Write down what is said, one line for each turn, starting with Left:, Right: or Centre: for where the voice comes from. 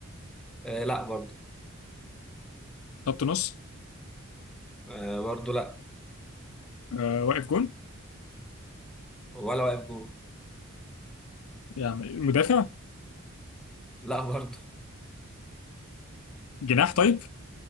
Centre: آه لا برضه
Left: خط نص
Centre: آه برضه لا
Left: آه واقف جون
Centre: ولا واقف جول
Left: يعني مدافع
Centre: لا برضه
Left: جناح طيب